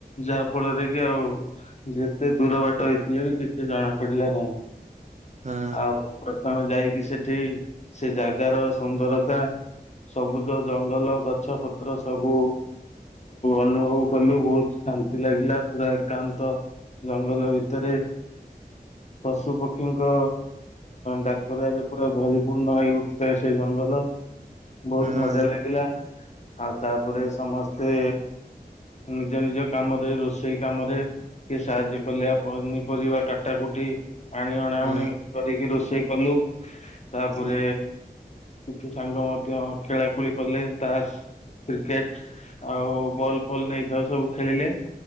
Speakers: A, on the left; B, on the right.
A: ଯାହା ଫଳରେ କି ଆଉ ଯେତେ ଦୂର ବାଟ ହେଇଥିଲେ ବି କିଛି ଜଣା ପଡିଲା ନାହିଁ।
B: ହୁଁ
A: ଆଉ ପ୍ରଥମେ ଯାଇକି ସେଠି ସେ ଜାଗାର ସୁନ୍ଦରତା ସବୁଜ ଜଙ୍ଗଲ ଗଛ ପତ୍ର ସବୁ ଅନୁଭବ କଲୁ ବହୁତ ଶାନ୍ତି ଲାଗିଲା ପୁରା ଏକାନ୍ତ ଜଙ୍ଗଲ ଭିତରେ ପଶୁ ପକ୍ଷୀଙ୍କ ଡାକରାରେ ପୁରା ପରିପୂର୍ଣ୍ଣ ହେଇଉଠୁଥାଏ। ସେ ଜଙ୍ଗଲ ବହୁତ
B: ହୁଁ
A: ମଜା ଲାଗିଲା। ଆଉ ତାପରେ ସମସ୍ତେ ନିଜ ନିଜ କାମରେ ରୋଷେଇ କାମରେ ଟିକେ ସାହାଯ୍ୟ କଲେ ପନିପରିବା କାଟା କୁଟି ପାଣି ଅଣାଉଣି
B: ହୁଁ
A: କରିକି ରୋଷେଇ କଲୁ। ତାପରେ
B: ହୁଁ
A: କିଛି ସାଙ୍ଗ ମଧ୍ୟ ଖେଳାକୁଳି କଲେ ତାସ୍। କ୍ରିକେଟ ଆଉ ବଲ ଫଲ ନେଇଥାଉ ସବୁ ଖେଳିଲେ।